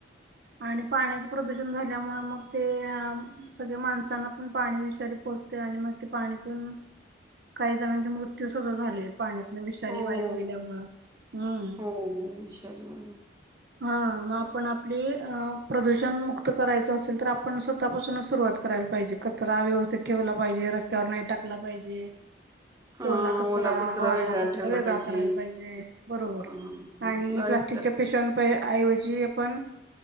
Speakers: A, on the right (about 60°); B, on the right (about 20°).
A: आणि पाण्याचं प्रदूषण झाल्यामुळे, मग ते सगळे माणसांना पण पाणी विषारी पोहोचते. घान मग ते पाणी पिऊन, काही जणांचे मृत्यू सुद्धा झालेत. पाण्यातन विषारी
B: हो,
A: वायू गेल्यामुळं हम्म.
B: हो, हो विषारी वायू.
A: हा मग आपण आपली, प्रदूषण मुक्त करायचं असेल तर आपण स्वतःपासूनच सुरुवात करायला पाहिजे. कचरा व्यवस्थित ठेवला पाहिजे, रस्त्यावर नाही टाकला पाहिजे.
B: हां,
A: ओला कचरा, वाळा
B: वेगळा
A: कचरा
B: ठेवला
A: वेगळा
B: पाहिजे.
A: करायला पाहिजे. बरोबर
B: सुका हां.
A: आणि
B: गाडीत
A: प्लास्टि <unintelligible> ऐवजी आपण